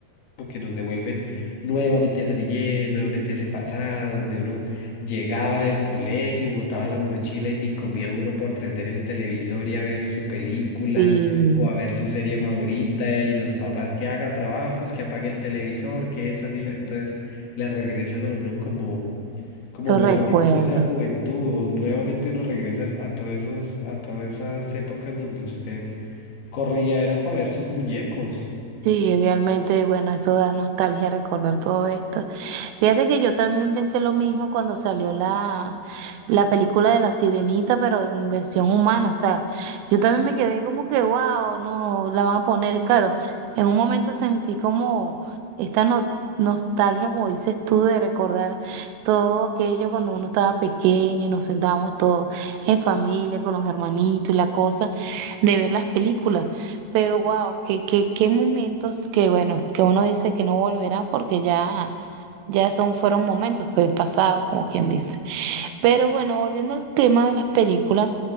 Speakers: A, on the left; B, on the right.
A: como que nos devuelven nuevamente a esa niñez, nuevamente a ese pasado, donde uno llegaba del colegio y botaba la mochila y ni comía uno por prender el televisor y a ver su película
B: sí,
A: o
B: sí,
A: a ver su serie favorita y los papás que haga trabajos, que apague el televisor, que eso, aquello. Entonces le regresan a uno como, como
B: lo
A: nuevamente
B: recuerdo.
A: esa juventud, o nuevamente uno regresa a todos esos, a todas esas épocas donde usted corría, era para ver sus muñecos.
B: Sí, realmente, bueno, eso da nostalgia recordar todo esto. Fíjate que yo también pensé lo mismo cuando salió la, la película de La Sirenita, pero en versión humana. O sea, yo también me quedé como que, wow, no, la van a poner, claro, en un momento sentí como esta no- nostalgia, como dices tú, de recordar todo aquello cuando uno estaba pequeño y nos sentábamos todos en familia, con los hermanitos y la cosa, de ver las películas. Pero wow, qué, qué, qué momentos que bueno, que uno dice que no volverá porque ya, ya son, fueron momentos pues, pasados, como quien dice. Pero bueno, volviendo al tema de las películas.